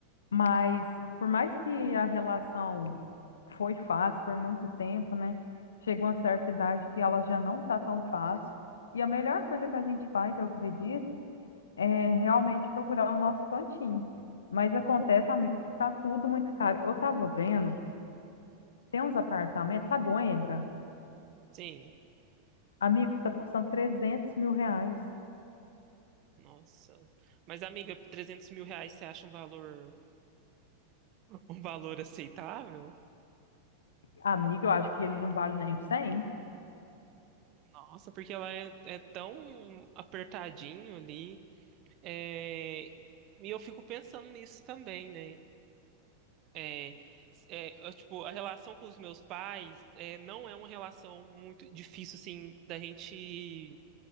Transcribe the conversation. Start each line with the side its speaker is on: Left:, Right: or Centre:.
Left: Mas por mais que a relação foi fácil por muito tempo, né? Chega uma certa idade que ela já não tá tão fácil. E a melhor coisa que a gente faz, eu acredito, é realmente procurar o nosso cantinho. Mas acontece, amigo, que tá tudo muito caro. Eu tava vendo, tem uns apartamentos, sabe, o Embra?
Right: Sim.
Left: Amigo, tá custando 300 mil reais.
Right: Nossa. Mas, amiga, trezentos mil reais você acha um valor, um valor aceitável?
Left: Amigo, eu acho que ele não vale nem 100.
Right: Nossa, porque ela é, é tão apertadinho ali. é, E eu fico pensando nisso também, né? É, é, eu, tipo, a relação com os meus pais é, não é uma relação muito difícil, assim, da gente